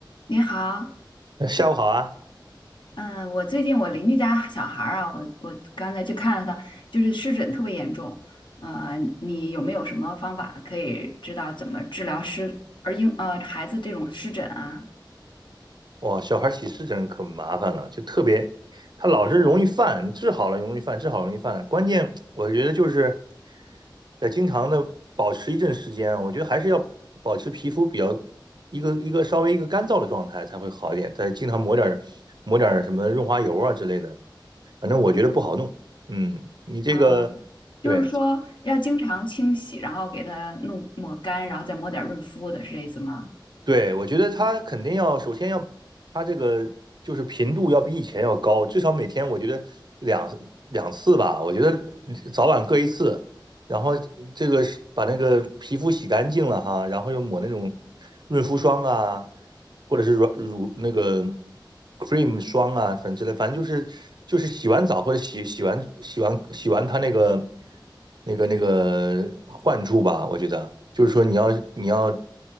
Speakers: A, on the left (about 70°); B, on the right (about 60°).
A: 你好，
B: 下午好啊！
A: 嗯，我最近我邻居家小孩儿啊，我我刚才去看了他，就是湿疹特别严重，呃，你有没有什么方法可以知道怎么治疗湿而婴呃孩子这种湿疹啊？
B: 哇，小孩起湿疹可麻烦了，就特别，他老是容易犯，你治好了容易犯，治好容易犯。关键我觉得就是得经常的保持一阵时间，我觉得还是要保持皮肤比较一个一个稍微一个干燥的状态才会好一点。再经常抹点抹点什么润滑油啊之类的，反正我觉得不好弄。嗯，你这个对。
A: 啊、就是说要经常清洗，然后给他弄抹干，然后再抹点润肤的，是这意思吗？
B: 对，我觉得他肯定要，首先要，他这个就是频度要比以前要高，至少每天我觉得两两次吧，我觉得早晚各一次，然后这个是把那个皮肤洗干净了哈，然后又抹那种润肤霜啊，或者是乳乳那个 cream 霜啊，反正之类，反正就是就是洗完澡或者洗洗完洗完洗完他那个那个那个患处吧，我觉得就是说你要你要。